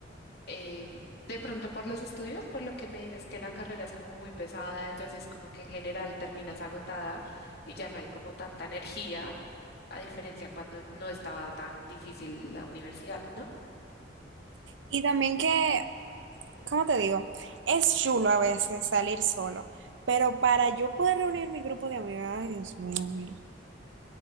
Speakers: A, on the left; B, on the right.
A: eh, de pronto por los estudios, por lo que me dices que la carrera es como muy pesada, entonces como que en general terminas agotada y ya no hay como tanta energía, a diferencia cuando no estaba tan difícil la universidad, ¿no?
B: Y también que, ¿cómo te digo? Es chulo a veces salir solo, pero para yo poder reunir mi grupo de amigas, ay Dios mío, mira.